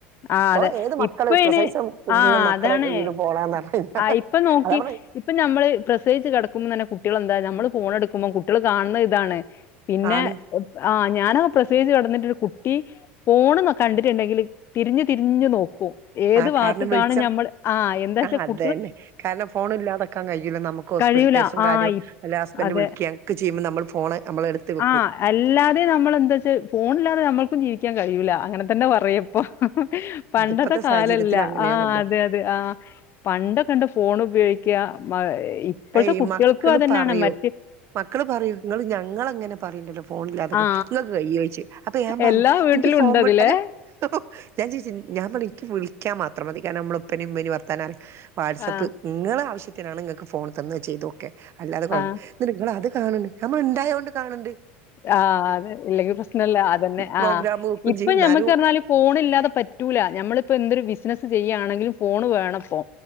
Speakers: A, on the left; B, on the right.
A: ആ
B: പ്പൊ
A: അതെ.
B: ഏത് മക്കള്
A: ഇപ്പ അയിന്
B: പ്രസവിച്ച കുഞ്ഞു
A: ആ
B: മക്കളെ
A: അതാണ്
B: <unintelligible>
A: ആഹ് ഇപ്പൊനോക്കി.
B: അതാ പറഞ്ഞെ
A: ഇപ്പ ഞമ്മള് പ്രസവിച്ച കെടക്കുമ്പോ തന്നെ കുട്ട്യളെന്താ ഞമ്മള് ഫോണെടുക്കുമ്പോ കുട്ട്യൾ കാണ് ണേ ഇതാണ്. പിന്നെ
B: ആണ്
A: ആഹ് ഞാനോ പ്രസവിച്ച് കെടന്നിട്ട് കുട്ടി. ഫോണ്ങ്ങ് കണ്ടിട്ടിണ്ടെങ്കിൽ തിരിഞ്ഞ് തിരിഞ്ഞ് നോക്കും. ഏത്
B: ആ
A: ഭാത്ത്കാണ്
B: കാരണം വെളിച്ചം
A: ഞമ്മൾ ആഹ് എന്താച്ച
B: ആ
A: കു
B: അതന്നെ കാരണം ഫോണില്ലാതെക്കാൻ കയ്യൂല നമുക്ക് ഹോസ്പിറ്റൽ
A: കഴിയൂല
B: കേസും
A: ആഹ്
B: കാര്യോ. അല്ല ഹസ്ബന്റ്
A: അതെ
B: വിളിക്കെ അക്ക് ചെയ്യുമ്പോ നമ്മൾ ഫോണ് നമ്മളെടുത്ത് വെ
A: ആഹ് അല്ലാതെ നമ്മളെന്താച്ചാ ഫോണില്ലാതെ നമ്മൾക്കും ജീവിക്കാൻ കയൂല അങ്ങനെ. എന്താ പറയാ പ്പൊ പണ്ടത്തെ
B: അതിപ്പത്തെ
A: കാലല്ല
B: സാഹചര്യത്തിൽ അങ്ങനെയാണല്ലോ
A: ആഹ് അതെ അതെ ആഹ്. പണ്ടൊക്കണ്ട് ഫോൺ ഉപയോഗിക്ക്യ മ്മാ ഇപ്പഴത്തെ
B: അയ്
A: കുട്ട്യൾക്കും
B: മക്കള്
A: അതന്നെയാണ്
B: പറയോ
A: മറ്റേ
B: മക്കള് പറയും ഇങ്ങള് ഞങ്ങളെ ഇങ്ങനെ പറിണ്ടല്ലോ ഫോണില്ലാതെക്ക്
A: ആ
B: ഇങ്ങൾക്ക് കയ്യോ യിച്ച്. അപ്പ ഞാൻ പറഞ്ഞ്
A: എല്ലാ വീട്ടിലും
B: ഇൻക്കി ഫോം
A: ഉണ്ടതിലേ.
B: അല്ല. പ്പ ഞാ ചോയിച്ച് ഞാൻ പറിം ഇക്കി വിളിക്കാൻ മാത്രം മതി കാരണം മ്മളെ ഉപ്പനിം ഉമ്മനിം വർത്താന അറി വാട്സപ്പ്
A: ആ,
B: ഇങ്ങളെ ആവശ്യത്തിനാണ് ഇങ്ങക്ക് ഫോൺ തന്നെ ചെയ്തോക്ക് അല്ലാതെ കൊ
A: ആ,
B: നിട്ട് ങ്ങളത് കാണ് ണ്ട് നമ്മള് ഇണ്ടായൊണ്ട് കാണ് ണ്ട്‌.
A: ആഹ് അതെ ഇല്ലെങ്കിൽ പ്രശ്നല്ല അതന്നെ
B: പ്രോഗ്രാം
A: ആഹ്
B: വെക്കും
A: ഇപ്പൊ
B: ചെയ്യും ഇന്നാലും
A: ഞമ്മക്ക് പർഞ്ഞാല് ഫോണില്ലാതെ പറ്റ് റ്റൂല ഞമ്മളിപ്പ എന്തൊരു ബിസിനസ്സ് ചെയ്യാണെങ്കിലും ഫോണ് വേണപ്പോ.